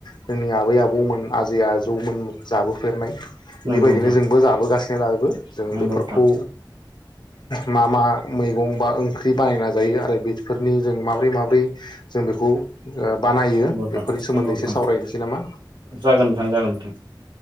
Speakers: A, on the left; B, on the right.
A: जोंनि आबै आबौमोन आजै आजौमोन <unintelligible>
B: नोंगौ
A: बेबायदिनो
B: नोंथां
A: <unintelligible> जों
B: नंगौ
A: बेफोरखौ
B: नोंथां
A: मा मा मैगं बा ओंख्रि बानायना जायो आरो बेफोरनि जों माबोरै माबोरै जों बेखौ बानायो
B: नंगौ नोंथां
A: बेफोरनि सोमोन्दै
B: नंगौ नोंथां
A: एसे सावरायनोसै नामा
B: जागोन नोंथां